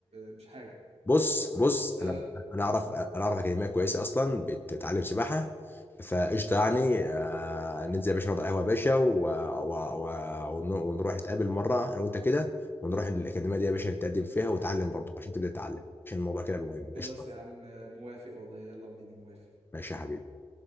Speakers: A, on the right; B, on the left.
A: مش حاجة
B: بص بص
A: ف
B: انا انا اعرف انا اعرف اكاديميه كويسه اصلا بت- بتعلم سباحه فقشطه يعني آه، ننزل يا باشا نقعد على القهوه يا باشا و- و- و- ون- ونروح نتقابل مره انا وانت كده ونروح الاكاديميه دي يا باشا نتقدم فيها وتعلم برضه عشان تبدا تتعلم عشان الموضوع كده مهم
A: خلاص
B: قشطه
A: يا عم موافق والله يلا بينا موافق
B: ماشي يا حبيبي